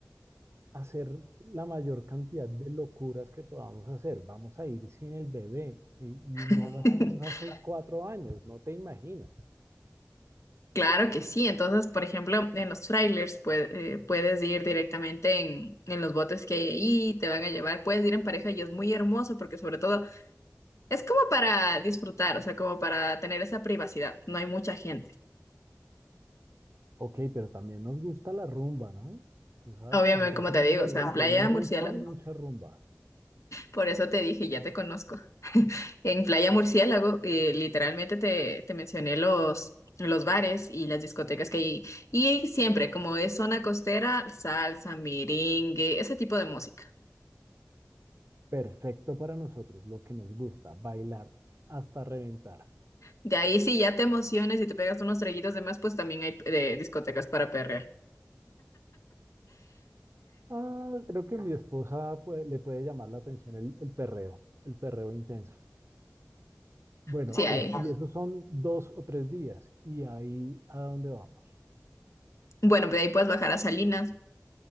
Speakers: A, on the right; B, on the left.
A: hacer la mayor cantidad de locuras que podamos hacer. Vamos a ir sin el bebé y, y no
B: <laughs>
A: lo hacemos hace cuatro años, no te imaginas.
B: Claro que sí. Entonces, por ejemplo, en los trailers pue- eh, puedes ir directamente en, en los botes que hay ahí, te van a llevar, puedes ir en pareja y es muy hermoso porque sobre todo Es como para disfrutar, o sea, como para tener esa privacidad. No hay mucha gente.
A: Ok, pero también nos gusta la rumba, ¿no? Tú sabes
B: Obviamente,
A: que nosotros
B: como
A: somos
B: te digo,
A: de,
B: o sea, en
A: de
B: Playa
A: mucha,
B: Murciélago,
A: mucha rumba.
B: por eso te dije, ya te conozco. En Playa Murciélago, eh, literalmente te, te mencioné los, los bares y las discotecas que hay. Y siempre, como es zona costera, salsa, merengue, ese tipo de música.
A: Perfecto para nosotros, lo que nos gusta, bailar hasta reventar.
B: De ahí, si ya te emociones y te pegas unos traguitos de más, pues también hay eh, discotecas para perrear.
A: Ah, creo que mi esposa pues, le puede llamar la atención el, el perreo, el perreo intenso. Bueno,
B: Sí, hay.
A: es, y esos son dos o tres días, y ahí a dónde vamos.
B: Bueno, pues de ahí puedes bajar a Salinas